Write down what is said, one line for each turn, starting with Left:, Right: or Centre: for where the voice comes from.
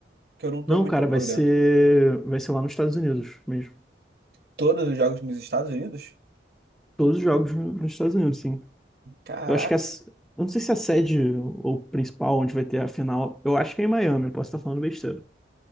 Right: Que eu não tô
Centre: Não,
Right: muito
Centre: cara,
Right: por
Centre: vai ser
Right: dentro.
Centre: vai ser lá nos Estados Unidos mesmo.
Right: Todos os jogos nos Estados Unidos?
Centre: Todos os jogos no- nos Estados Unidos, sim.
Right: Caraca.
Centre: Eu acho que a, s- eu não sei se a sede ou principal onde vai ter a final, eu acho que é em Miami, eu posso estar falando besteira,